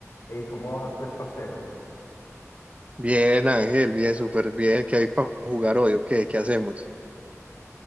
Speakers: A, on the left; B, on the right.
A: Ey, ¿cómo vas, pues, parcero?
B: Bien, Ángel, bien, súper bien. ¿Qué hay para jugar hoy o qué? ¿Qué hacemos?